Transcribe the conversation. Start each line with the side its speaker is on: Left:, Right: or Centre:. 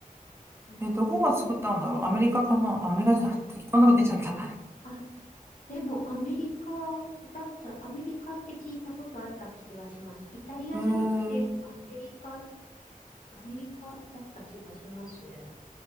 Left: だから、
Right: えー、どこが作ったんだろう。
Left: もう、
Right: アメリカかなアメリカじゃん。適当なこと言っちゃった。
Left: あ、あ、あ、でもアメリカだった、アメリカって聞いたことあった気がします。イタリアじゃなくてアメリカ、
Right: えー、
Left: アメリカだった気がしますね。